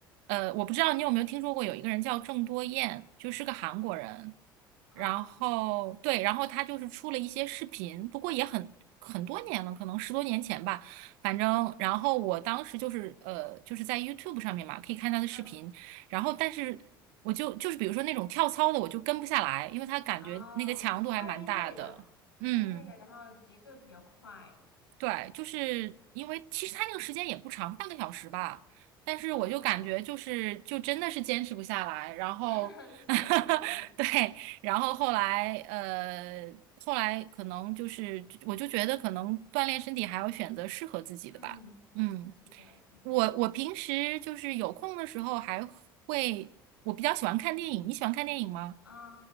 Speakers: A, on the right (about 60°); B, on the left (about 85°).
A: 呃，我不知道你有没有听说过，有一个人叫郑多燕，就是个韩国人。
B: 啊、
A: 然后对，
B: 怎么？
A: 然后他就是出了一些视频，不过也很很多年了，可能十多年前吧。反正，然后我当时就是呃，就是在 YouTube 上面嘛，可以看他的视频。
B: 嗯，
A: 然后，但是我就就是比如说那种跳操的，我就跟不下来，因为他感觉那个强度还蛮大的。
B: 哦，太累了，
A: 嗯。
B: 太累了，然后节奏比较快。
A: 对，就是因为其实他那个时间也不长，半个小时吧，但是我就感觉就是就真的是坚持不下来，
B: 哦，
A: 然后
B: <laughs> 是的，
A: <laughs>
B: 是的，是的，
A: 对，然后后来呃后来可能就是我就觉得可能锻炼身体还要选择适合自己的吧，
B: 嗯，
A: 嗯，
B: 是的，是的。
A: 我我平时就是有空的时候还会，我比较喜欢看电影，你喜欢看电影吗？
B: 啊、